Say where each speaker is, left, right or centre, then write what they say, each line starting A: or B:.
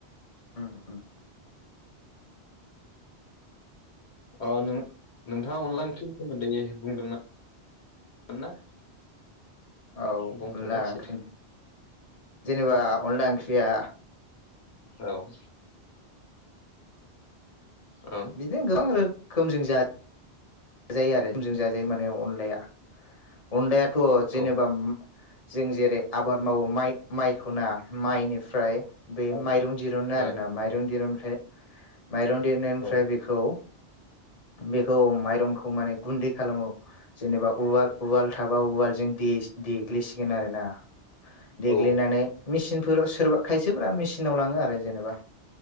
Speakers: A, on the left (about 35°); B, on the left (about 75°).
A: उम उम
B: अ नों नोंथाङा अनला ओंख्रि सोमोन्दै बुंदोंमोन ना?
A: औ
B: बुंफिननाय
A: अनला
B: एसे
A: ओंख्रि जेनेबा अनला ओंख्रिया
B: औ ओं
A: बिनो गोबां रो खोमजों जाय जाजायो आरो खोमजो बे माने अनलाया अनलाया थ जेनेबा
B: ओ
A: जों जेरै आबाद मावो माइ माइखौना माइनिफ्राय बे
B: औ
A: माइरं दिरुनो आरो
B: ओ
A: ना माइरं दिरुन फे माइरं देरनायनिफ्राय
B: औ
A: बेखौ बेखौ माइरंखौ खौ माने गुन्दै खालामो। जेनेबा उवाल उवाल थाब बा उवालजों देस - देग्लिसिगोन आरो ना। देग्लिनानै
B: औ
A: मेचिन फोराव सोरबा खायसेफोरा मेसिनाव लाङो आरो जेनेबा।